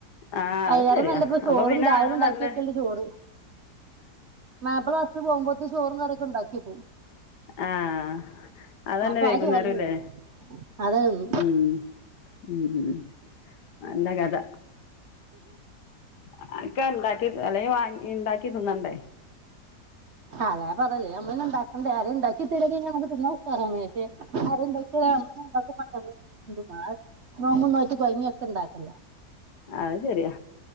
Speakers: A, on the left (about 75°); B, on the right (about 50°).
A: ആ
B: അയലേറെ
A: അത് ശരിയാ
B: നല്ലപ്പ ചോറും
A: അപ്പൊ പിന്നെ
B: ചായേം ണ്ടാക്കിവെച്ചിട്ടുണ്ട്
A: നല്ല
B: ജോറ് മാപ്പിള പോവുമ്പോഴത്തിനും ചോറും കറിം ഉണ്ടാക്കിക്കു ഓ
A: ആഹ് അതന്നെ
B: അപ്പൊ
A: വൈകുന്നേരും
B: ആ ചോറന്നെ തിന്നും
A: ല്ലേ
B: അതന്നെ തിന്നും
A: ഉം ഉം നല്ല കഥ ആഹ് ക്ക ഉണ്ടാക്കി അല്ലെങ്കി വാങ്ങി ഇ ണ്ടാക്കി തിന്നണ്ടേ
B: അതാ പറഞ്ഞല്ലേ ഞമ്മള്ളെന്നെ ണ്ടാക്കണ്ടെ ആരേണ്ടാക്കി തെരാണെങ്കി നമ്മക്ക് തിന്നാ ഉഷാറാണ് പക്ഷെ അതെന്തായിപ്പ <unintelligible> നോന്ന നോട്ട് കൊഴങ്ങിയ ഒക്കെ ഇണ്ടാക്കണ്ടേ
A: അത് ശരിയാ